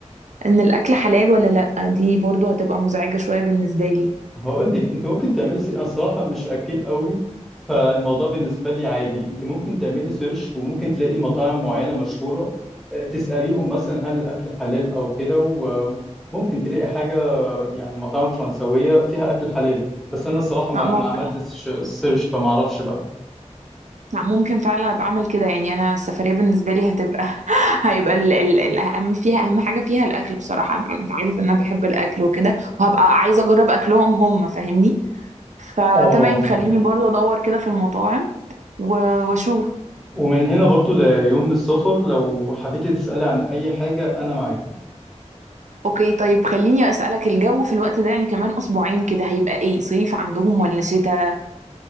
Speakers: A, on the right; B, in the centre.
A: ان الاكل حلال ولا لا دي برضو هتبقى مزعجه شويه بالنسبه لي
B: هقول لك انت ممكن تعملي سي... انا صراحه مش اكل قوي فالموضوع بالنسبه لي عادي انت ممكن تعملي سيرش وممكن تلاقي مطاعم معينه مشهوره آه، تساليهم مثلا هل الاكل حلال او كده وممكن تلاقي حاجه يعني مطاعم فرنسويه فيها اكل حلال بس انا الصراحه ما,
A: آه، ممكن
B: ما عملتش سيرش فما اعرفش بقى
A: لا ممكن فعلا ابقى اعمل كده يعني انا السفريه بالنسبه لي هتبقى <laughs> هيبقى ال ال الاهم فيها اهم حاجه فيها الاكل بصراحه انت عارف ان انا بحب الاكل وكده وهبقى عايزه اجرب اكلهم هم فاهمني فتمام
B: اه اه فهمت
A: خليني برضه ادور كده في المطاعم و- واشوف
B: ومن هنا برضو ليوم السفر لو حبيتي تسالي عن اي حاجه انا معاك
A: اوكي طيب خليني اسالك الجو في الوقت ده يعني كمان اسبوعين كده هيبقى ايه صيف عندهم ولا شتاء